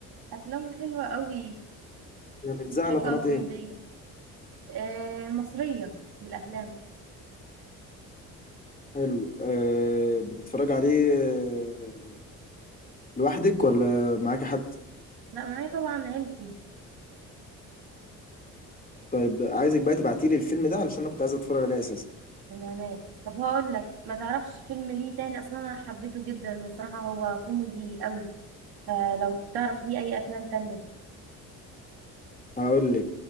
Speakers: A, on the right; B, on the left.
A: أفلامه حلوة قوي
B: بتذاع
A: مضحكة
B: على قناة
A: وكوميدية
B: ايه؟
A: آه مصرية الأفلام
B: حلو أه بتتفرج عليه آه، لوحدك ولا معاك حد؟
A: لا معايا طبعا عيلتي
B: طيب عايزك بقى تبعتيلي الفيلم ده علشان انا كنت عايز اتفرج عليه اساسا
A: من هنايا طب هقول لك ما تعرفش فيلم ليه تاني أصلا أنا حبيته جدا وصراحة هو كوميدي قوي آه لو تعرف ليه أي أفلام تانية
B: هقول لك